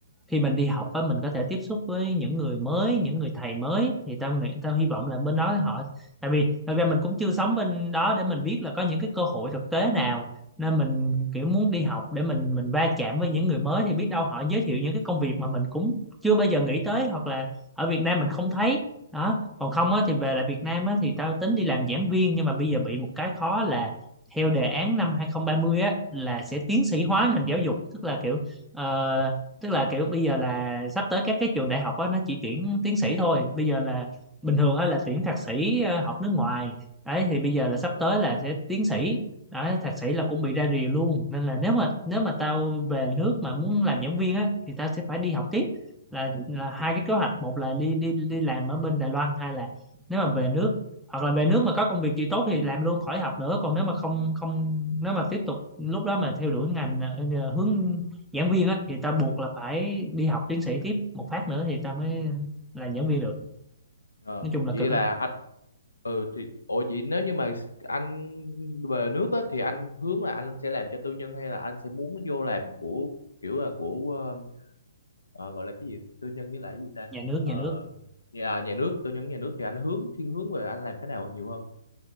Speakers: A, in the centre; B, on the left.
A: khi mình đi học á mình có thể tiếp xúc với những người mới những người thầy mới thì tao nghĩ tao hy vọng là bên đó họ tại vì thật ra mình cũng chưa sống bên đó để mình biết là có những cái cơ hội thực tế nào nên mình kiểu muốn đi học để mình mình va chạm với những người mới thì biết đâu họ giới thiệu những cái công việc mà mình cũng chưa bao giờ nghĩ tới hoặc là ở Việt Nam mình không thấy đó còn không á thì về lại Việt Nam á thì tao tính đi làm giảng viên nhưng mà bây giờ bị một cái khó là theo đề án năm 2030 á là sẽ tiến sĩ hóa ngành giáo dục tức là kiểu ờ, tức là kiểu bây giờ là sắp tới các cái trường đại học á nó chỉ tuyển tiến sĩ thôi bây giờ là bình thường á là tuyển thạc sĩ ờ, học nước ngoài đấy thì bây giờ là sắp tới là sẽ tiến sĩ đấy thạc sĩ là cũng bị ra rìa luôn nên là nếu mà nếu mà tao về nước mà muốn làm giảng viên á thì tao sẽ phải đi học tiếp là là hai cái kế hoạch một là đi đi đi làm ở bên Đài Loan hai là nếu mà về nước hoặc là về nước mà có công việc gì tốt thì làm luôn khỏi học nữa còn nếu mà không không nếu mà tiếp tục lúc đó mà theo đuổi ngành ờ, hướng giảng viên á thì ta buộc là phải đi học tiến sĩ tiếp một phát nữa thì ta mới làm giảng viên được
B: Ờ,
A: nói chung là
B: vậy
A: cực á
B: là anh ừ thì ủa vậy nếu như mà anh về nước á, thì anh hướng là anh sẽ làm cho tư nhân hay là anh sẽ muốn vô làm của kiểu là của ờ, ờ, gọi là cái gì tư nhân với lại cái gì ta
A: nhà nước
B: Ờ,
A: nhà nước
B: nhà, nhà nước tư nhân nhà nước thì anh hướng thiên hướng về anh làm cái nào nhiều hơn